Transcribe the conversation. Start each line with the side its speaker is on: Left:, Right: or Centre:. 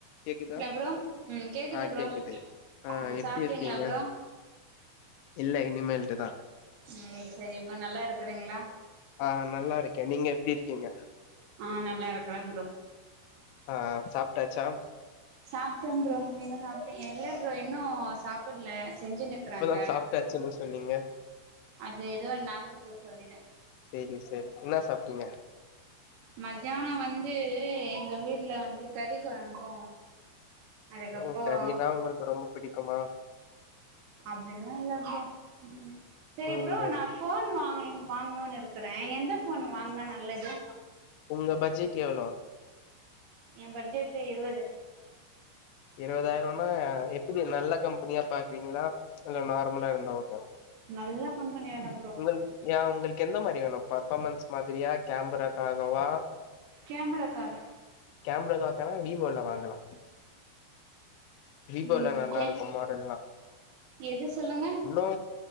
Left: கேக்குதா
Right: ப்ரோ ம்
Left: ஆஹ்
Right: ப்ரோ
Left: கேக்குது ஆஹ்
Right: ம்
Left: எப்டி
Right: சாப்ட்டீங்களா
Left: இருக்கிங்க
Right: ப்ரோ
Left: இல்ல இனிமேல்ட்டுதா
Right: உம் சரி இப்ப நல்லா இருக்கறிங்ளா
Left: ஆஹ் நல்லா இருக்கே நீங்க எப்டி இருக் கிங்க
Right: ஆஹ் நல்லா இருக்கறேங் ப்ரோ
Left: ஆஹ் சாப்ட்டாச்சா
Right: சாப்ட்டே ப்ரோ நீங்க சாபடி இல்ல ப்ரோ இன்னு சாப்புட்ல செஞ்சுனுக்றாங்க
Left: இப்பதா சாப்ட்டாச்சுன்னு சொன்னீங்க
Right: அது ஏதோ நாபகத் துல சொல்லிட்டெ
Left: சேரி செரி என்னா சாப்டிங்க
Right: மத்யானொ வந்தூ எங்க வீட்ல வந்து கறிக் கொழம்பு அதுக்கப்பறோ
Left: ஓ கறினா உங்களுக்கு ரொம்ப பிடிக்குமா
Right: அப்டில்லா இல்ல ப்ரோ ம் ம் செரி
Left: ம்
Right: ப்ரோ நா ஃபோன் வாங்கனே வாங்னுன் இருக்கறே எந்த ஃபோன் வாங்னா நல்லது
Left: உங்க பட்ஜெட் எவ்ளோ
Right: எ பட்ஜெட்டு இருவது
Left: இருவதாயிரோனா எப்புடி நல்ல கம்பெனியா பாக்கறீங்களா இல்ல நார்மலா இருந்தா ஓகே வா
Right: நல்ல கம்பெனி வேணு ப்ரோ
Left: உங்கள் ஏ உங்களுக்கு எந்த மாரி வேணு பர்ஃபாமென்ஸ் மாதிரியா கேம்பராக்காகவா
Right: கேமராக்காக
Left: கேமராக்காகனா வீவோல வாங்கலா வீகோல
Right: ம்
Left: நல்லாருக்கு
Right: கே
Left: மாடல்லா
Right: எது சொல்லுங்க
Left: இன்னு